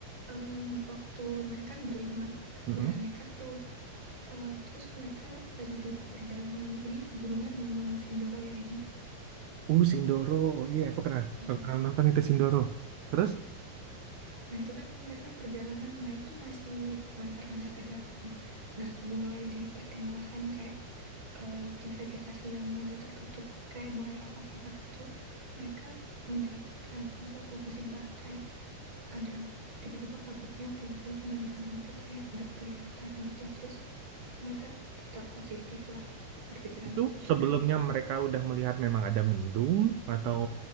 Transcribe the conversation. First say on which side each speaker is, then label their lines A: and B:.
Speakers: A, on the right; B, on the right.
A: em, waktu naik kan berlima
B: hmm. hmm.
A: udah nekat tuh Eh, terus mereka lagi di perjalanan ini gunungnya Gunung Sindoro ya ini
B: Uh, Sindoro. Iya, aku pernah,
A: Iya.
B: aku pernah nonton itu Sindoro. Terus
A: Nah, itu kan mereka perjalanan naik tuh masih lancar-lancar aja kan. Nah, mulai di pertengahan kayak eh, di vegetasi yang mulai tertutup, kayak mulai rapat-rapat gitu, mereka mendapatkan suatu musibah kayak ada tiba-tiba kabutnya turun dan jalanan tuh kayak nggak kelihatan gitu. Terus mereka tetap positif lah, berpikiran
B: itu
A: positif
B: sebelumnya
A: kan.
B: mereka udah melihat memang ada mendung atau